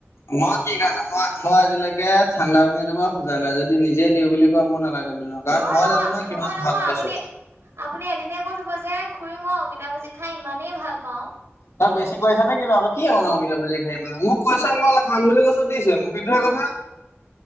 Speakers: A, on the left; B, on the right.
A: মই কি কাৰণে? মই, মই আজিলৈকে ঠাণ্ডা পানী এটোপাও খোজা নাই যদি নি- জে দিওঁ বুলি কয় মই নালাগে বুলি নকওঁ কাৰণ
B: অ
A: মই
B: নহয়
A: জানো ন'
B: নহয়
A: কিমান
B: নহয়
A: ভাল পাইছো।
B: আপুনি আপুনি এদিনে কৈ থব যে খুুৰী মই অমিতাভাজি খাই ইমানেই ভাল পাওঁ
A: তই বেছি কৰি'ছ নে- কি? কি মানে
B: ম
A: অমিতা ভাজি খাই মানে মোক কৈছে
B: ম
A: মই খাম বুলি কৈছো দিছে মোক সেইটোহে কথা। <inaudible>